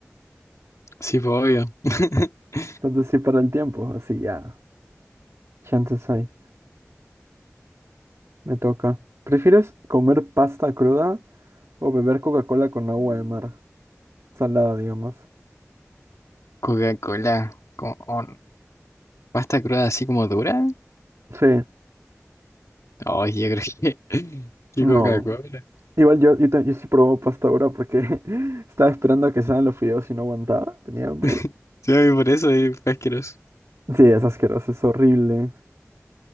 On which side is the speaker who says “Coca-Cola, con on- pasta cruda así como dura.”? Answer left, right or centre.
Left